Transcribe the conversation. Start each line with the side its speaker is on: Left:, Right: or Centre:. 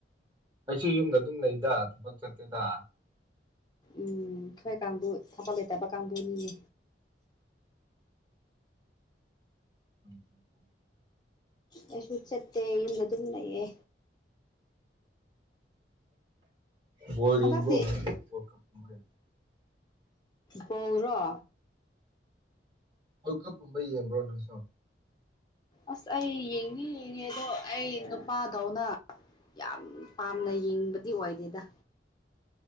Right: ꯑꯩꯁꯨ ꯌꯨꯝꯗ ꯑꯗꯨꯝ ꯂꯩꯗ ꯊꯕꯛ ꯆꯠꯇꯦꯗ
Left: ꯎꯝ ꯈꯣꯏ ꯀꯥꯡꯕꯨ ꯊꯕꯛ ꯂꯩꯇꯕ ꯀꯥꯡꯕꯨꯅꯤꯅꯦ
Right: <unintelligible>
Left: ꯑꯩꯁꯨ ꯆꯠꯇꯦ ꯌꯨꯝꯗ ꯗꯨꯝ ꯂꯩꯌꯦ
Right: ꯕꯣꯜ
Left: ꯍꯟꯗꯛꯇꯤ
Right: ꯌꯦꯡꯕ꯭ꯔꯣ ꯅꯣꯏꯗꯤ ꯋꯥꯜꯀꯞ ꯒꯨꯝꯕ ꯌꯦꯡ
Left: ꯕꯣꯜ ꯔꯣ
Right: ꯋꯥꯜꯀꯞ ꯀꯨꯝꯕ ꯌꯦꯡꯕ꯭ꯔꯣ ꯅꯪ ꯁꯨ
Left: ꯑꯁ ꯑꯩ ꯌꯦꯡꯗꯤ ꯌꯦꯡꯉꯦ ꯑꯗꯣ ꯑꯩ ꯅꯨꯄꯥꯗꯧꯅ ꯌꯥꯝ ꯄꯥꯝꯅ ꯌꯦꯡꯕꯗꯤ ꯑꯣꯏꯗꯦꯗ